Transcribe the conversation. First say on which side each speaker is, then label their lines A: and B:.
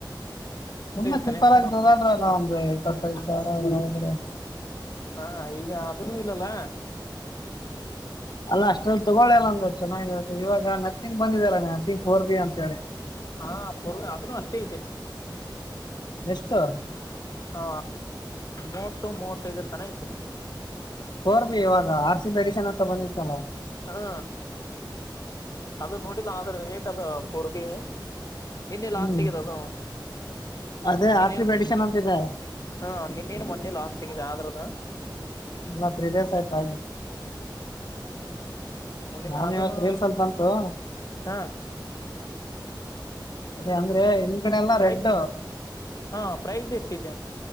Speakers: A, on the left; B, on the left.
A: ತುಂಬಾ ಸಿಂಪಲ್
B: ಸನೇಕ
A: ಆಗ
B: ನೋಡ್
A: ತೊಗೋಳ್ರಲ ಒಂದು ಎಪ್ಪತ್ತೈದು ಸಾವಿರ
B: ಹ ಈಗ ಅದನೂ ಇಲ್ಲಲ್ಲ.
A: ಅಲ್ಲ ಅಷ್ಟ್ರಲ್ಲಿ ತಗೊಳಿಯಲ್ಲ ಒಂದ ಚೆನ್ನಾಗಿರದು ಇವಾಗ ನತಿಂಗ್ ಬಂದಿದೆ ಅಲ್ಲ ನತಿಂಗ್ ಫೋರ್ ಬಿ ಅಂತ ಹೇಳಿ.
B: ಹಾ <unintelligible> ಅದ್ನೂ ಅಷ್ಟೇ ಇದೆ.
A: ಎಷ್ಟು?
B: ಹಾ ಮೂವತ್ತು ಮೂವತ್ತೈದರ ತನ ಐತೆ.
A: ಫೋರ್ ಬಿ ಇವಾಗ ಆರ್ ಸಿ ಎಡಿಷನ್ ಅಂತ ಬಂದಿತ್ತಲ್ಲ.
B: ಹಾ ಅದು ನೋಡಿಲ್ಲ ಆದ್ರೆ ರೇಟ್ ಅದು ಫೋರ್ಬಿ ಇನ್ನ ಲಾಂಚ್
A: ಹ್ಮ್
B: ಸಿಗದ ಅದು
A: ಅದೇ
B: ನಿನ್ನೇ
A: ಆರ್ ಸಿ ಬಿ ಎಡಿಷನ್ ಅಂತಿದೆ
B: ಹಾ ನಿನ್ನೇನು ಮೊನ್ನೇಲೊ ಲಾಂಚ್ ಆದ್ರದಾ?
A: ಎಲ್ಲಾ ತ್ರೀ ಡೇಸ್ ಆಯ್ತು ಆಗಿ.
B: <unintelligible>
A: ನಾನು
B: ಅದನೂ
A: ಇವತ್ತು ರೀಲ್ಸ್ ಅಲ್ಲಿ ಬಂತು
B: ಹಾ.
A: ಅದ ಅಂದ್ರೆ ಕಡೆ ಎಲ್ಲ
B: ಪ್ರೖಸ್
A: ರೆಡ್
B: ಹಾ ಪ್ರೈಸ್ ಎಷ್ಟಿದೆ?